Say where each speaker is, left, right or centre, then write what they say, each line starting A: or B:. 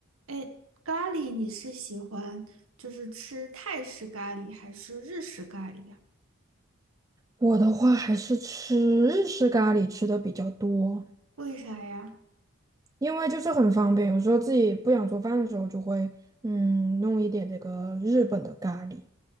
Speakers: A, on the right; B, on the right.
A: 哎，咖喱你是喜欢就是吃泰式咖喱还是日式咖喱呀？
B: 我的话还是吃日式咖喱吃的比较多，
A: 为啥呀？
B: 因为就是很方便，有时候自己不想做饭的时候就会嗯弄一点这个日本的咖喱，